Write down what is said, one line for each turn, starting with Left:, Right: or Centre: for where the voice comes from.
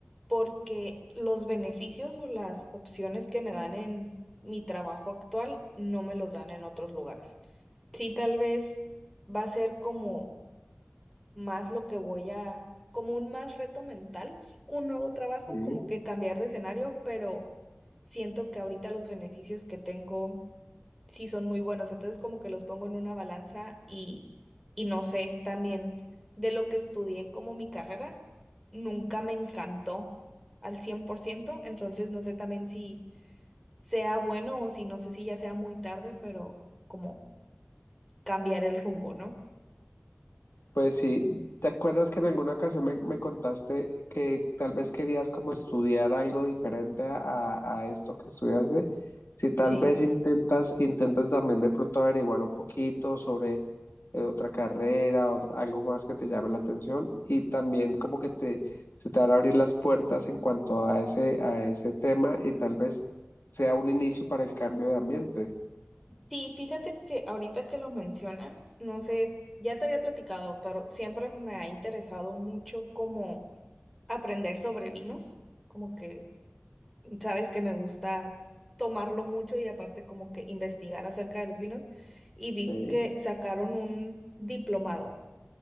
Centre: porque los beneficios o las opciones que me dan en mi trabajo actual no me los dan en otros lugares. Sí, tal vez va a ser como más lo que voy a, como un más reto mental, un nuevo trabajo,
Left: Sí.
Centre: como que cambiar de escenario, pero siento que ahorita los beneficios que tengo sí son muy buenos. Entonces como que los pongo en una balanza y, y no sé, también de lo que estudié como mi carrera, nunca me encantó al cien por ciento entonces no sé también si sea bueno o si no sé si ya sea muy tarde, pero como cambiar el rumbo, ¿no?
Left: Pues sí, ¿te acuerdas que en alguna ocasión me, me contaste que tal vez querías como estudiar algo diferente a, a esto que estudiaste? Si tal
Centre: Sí.
Left: vez intentas, intentas también de pronto averiguar un poquito sobre eh, otra carrera, otra- algo más que te llame la atención y también como que te, se te van a abrir las puertas en cuanto a ese, a ese tema y tal vez sea un inicio para el cambio de ambiente.
Centre: Sí, fíjate que ahorita que lo mencionas, no sé, ya te había platicado, pero siempre me ha interesado mucho como aprender sobre vinos, como que Sabes que me gusta tomarlo mucho y aparte como que investigar acerca de los vinos. Y vi
Left: Sí,
Centre: que sacaron un diplomado.